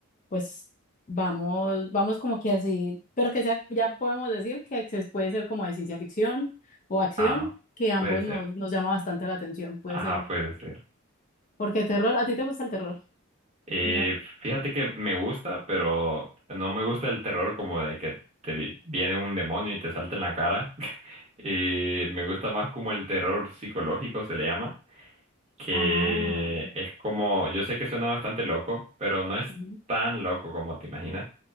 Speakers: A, on the left; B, on the right.
A: pues vamos, vamos como que así, pero que sea, ya podemos decir que se puede ser como de ciencia ficción o acción,
B: Ah,
A: que ambos
B: puede ser.
A: nos, nos llama bastante la atención, puede
B: Ajá,
A: ser,
B: puede ser.
A: porque terror, ¿a ti te gusta el terror?
B: Y
A: No.
B: fíjate que me gusta, pero no me gusta el terror como de que te vi- viene un demonio y te salta en la cara. <laughs> Y me gusta más como el terror psicológico se le llama que
A: Ah,
B: es como, yo sé que suena bastante loco, pero no es
A: ujú.
B: tan loco como te imaginas.